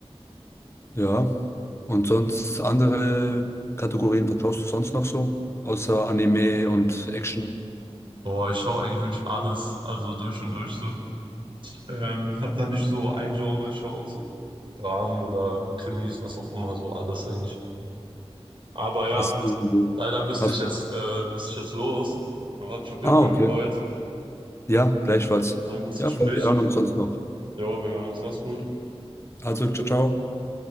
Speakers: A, on the left (about 25°); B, on the right (about 50°).
A: Ja. Und sonst andere Kategorien vertraust du sonst noch so? Außer Anime und Action?
B: Boah, ich schaue eigentlich wirklich alles, also durch und durch so. Ich, ähm, habe da nicht so ein Genre, ich schaue auch so Dramen oder Krimis, was auch immer, so alles eigentlich. Aber ja,
A: Hast du,
B: leider müsste
A: hast,
B: ich jetzt, äh, müsste ich jetzt los. Aber hat mich auf jeden
A: ah,
B: Fall
A: okay.
B: gefreut.
A: Ja, gleichfalls.
B: War ein gutes
A: Ja,
B: Gespräch.
A: wir hören uns sonst noch.
B: Jo, wir hören uns, mach's gut.
A: Also, ciao, ciao.